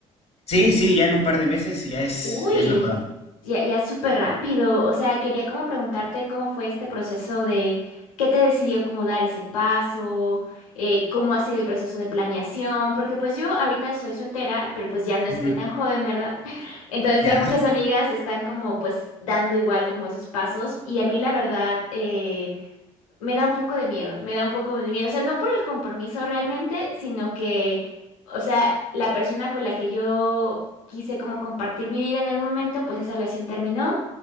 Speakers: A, on the left (about 40°); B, on the left (about 85°).
A: Sí, sí, ya en un par de meses ya es,
B: Uy,
A: ya es la boda.
B: ya, ya es súper rápido. O sea, quería como preguntarte cómo fue este proceso de qué te decidió como dar ese paso, eh, cómo ha sido el proceso de planeación, porque pues yo ahorita soy soltera, pero pues ya no estoy
A: Ujú,
B: tan joven, ¿verdad? <laughs> Entonces
A: Ya.
B: ya muchas amigas están como pues dando igual como esos pasos y a mí la verdad... eh, me da un poco de miedo, me da un poco de miedo. O sea, no por el compromiso realmente, sino que, o sea, la persona con la que yo quise como compartir mi vida en algún momento, pues esa relación terminó.